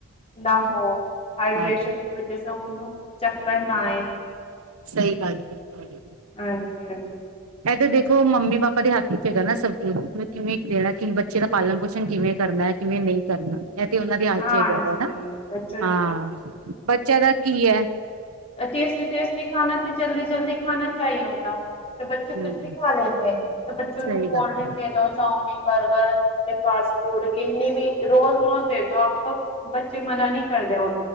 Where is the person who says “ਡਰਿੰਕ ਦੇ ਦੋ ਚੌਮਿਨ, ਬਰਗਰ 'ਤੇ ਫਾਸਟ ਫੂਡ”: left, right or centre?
Left